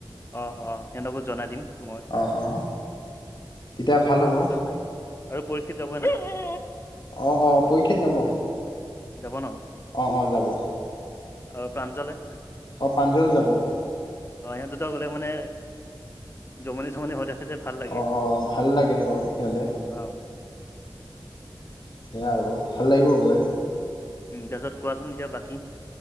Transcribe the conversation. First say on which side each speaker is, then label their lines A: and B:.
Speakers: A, on the left; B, on the left.
A: অ অ সিহঁতকো জনাই দিম মই
B: অ অ তেতিয়া ভাল হ'ব
A: আৰু আৰু পৰীক্ষিত যাব নাই
B: অ অ পৰীক্ষিত যাব
A: যাব ন
B: অ অ যাব
A: আৰু প্ৰাঞ্জলে
B: অ প্ৰাঞ্জল যাব
A: অ সিহঁত দুটা গ'লে মানে জমনি চমনি হৈ থাকে যে ভাল লাগে
B: অ ভাল লাগে বাৰু সিহঁতে
A: অ
B: সেয়া আৰু ভাল লাগিব গৈ
A: উম তাৰপিছত কোৱাচোন এতিয়া বাকী